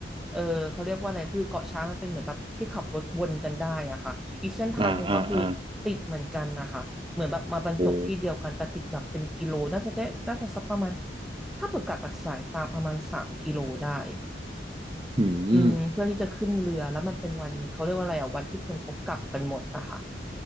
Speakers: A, in the centre; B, on the right (about 30°).
A: เออเขาเรียกว่าอะไรคือเกาะช้างมันเป็นเหมือนแบบที่ขับรถวนกันได้อะค่ะอีกเส้นทางหนึ่งก็คือติดเหมือนกันนะคะเหมือนแบบมาบรรจบที่เดียวกันแต่ติดแบบเป็นกิโลน่าจะได้น่าจะสักประมาณ
B: อ่าอ่าอ่าโอ้
A: ถ้าเปิดกัดจากสายตาประมาณสามกิโลได้
B: หืม
A: อืมเพื่อที่จะขึ้นเรือแล้วมันเป็นวันเขาเรียกว่าอะไรอะวันที่คนเขากลับกันหมดอะค่ะ